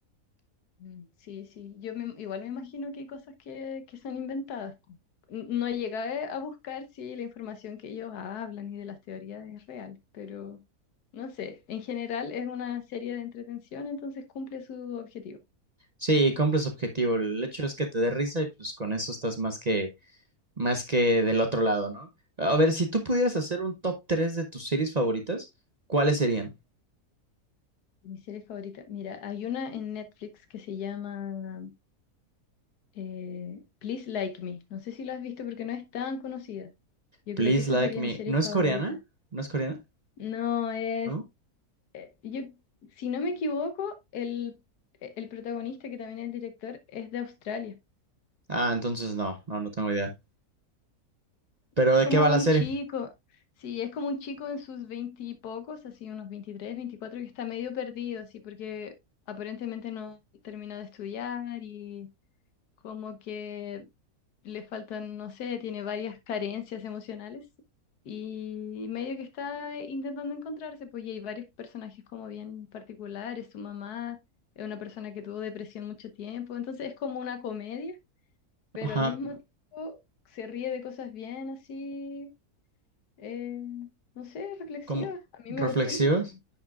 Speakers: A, on the left; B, on the right.
A: Mm, Sí, sí, yo me- igual me imagino que hay cosas que, que son inventadas. N- No llegué a buscar si la información que ellos hablan y de las teorías es real, pero no sé, en general es una serie de entretención, entonces cumple su objetivo.
B: Sí, compras objetivo. El hecho es que te dé risa y pues con eso estás más que, más que del otro lado, ¿no? A ver, si tú pudieras hacer un top 3 de tus series favoritas, ¿cuáles serían?
A: Mi serie favorita, mira, hay una en Netflix que se llama eh, Please Like Me. No sé si la has visto porque no es tan conocida. Yo
B: Please
A: creo que esa
B: Like
A: sería
B: Me.
A: mi serie
B: ¿No
A: favorita.
B: es coreana? ¿No es coreana?
A: No, es
B: ¿No?
A: eh, yo, si no me equivoco, el, el protagonista, que también es el director, es de Australia.
B: Ah, entonces no, no, no tengo idea. ¿Pero
A: Es
B: de
A: como
B: qué va la
A: un
B: serie?
A: chico, sí, es como un chico en sus veintipocos, así unos 23 24 que está medio perdido, así, porque aparentemente no terminó de estudiar y como que le faltan, no sé, tiene varias carencias emocionales y medio que está intentando encontrarse, pues y hay varios personajes como bien particulares, su mamá es una persona que tuvo depresión mucho tiempo, entonces es como una comedia, pero
B: Ajá,
A: al mismo tiempo se ríe de cosas bien así, eh, no sé, reflexivas,
B: como
A: a mí
B: ¿Reflexivas?
A: me gustó mucho.